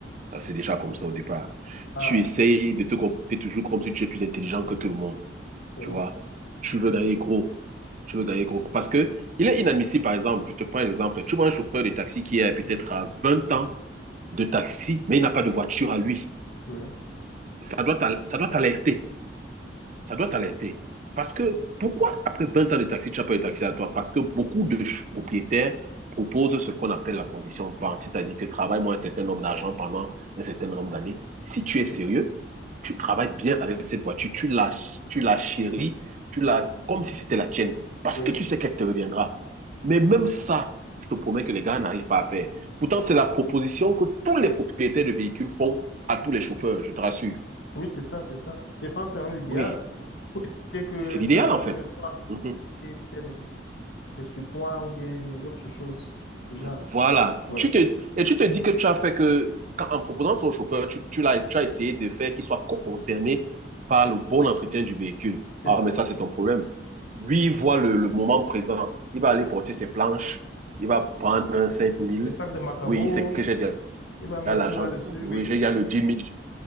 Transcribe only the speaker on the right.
Ça, C'est déjà comme ça au départ.
Tu essayes de te comporter toujours comme si tu es plus intelligent que tout le monde.
tu vois. Tu veux gagner gros. Tu veux gagner gros. Parce que il est inadmissible, par exemple, je te prends un exemple. Tu vois un chauffeur de taxi qui est peut-être à 20 ans de taxi, mais il n'a pas de voiture à lui.
Ça doit t'al- ça doit t'alerter ça doit t'alerter. Parce que pourquoi après 20 ans de taxi, tu n'as pas eu taxi à toi Parce que beaucoup de propriétaires proposent ce qu'on appelle la condition vente, c'est-à-dire que travaille moins un certain nombre d'argent pendant un certain nombre d'années. Si tu
es sérieux, tu travailles bien avec cette voiture, tu la, tu la chéris, tu la, comme si c'était la tienne, parce
que tu sais qu'elle te reviendra. Mais même ça, je te promets que les gars n'arrivent pas à faire. Pourtant, c'est la proposition que tous les propriétaires de véhicules font à tous les chauffeurs, je te rassure.
Oui,
c'est l'idéal
en fait.
Mmh.
Voilà.
Tu te, et tu te dis que tu as fait que, quand- en proposant ça au chauffeur, tu, tu l'as, tu as essayé de faire qu'il soit concerné par le bon entretien du véhicule.
Ah,
mais ça, c'est ton problème. Lui, il voit le, le moment présent. Il va aller porter ses planches. Il va prendre un cinq mille
Oui, il sait que j'ai déjà
l'argent
du produit.
Oui, j'ai déjà le dix mille